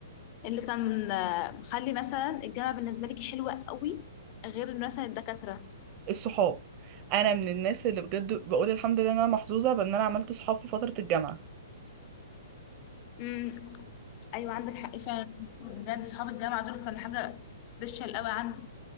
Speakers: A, on the left (about 35°); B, on the right (about 35°).
A: إيه اللي كان آه، مخلي مثلا الجامعه بالنسبه لك حلوه قوي غير مثلا الدكاتره
B: الصحاب انا من الناس اللي بجد بقول الحمد لله إن انا محظوظة بان انا عملت صحاب في فترة الجامعة
A: امم ايوه عندك حق فعلا بجد صحاب الجامعه دول كانوا حاجه سبيشال قوي عندي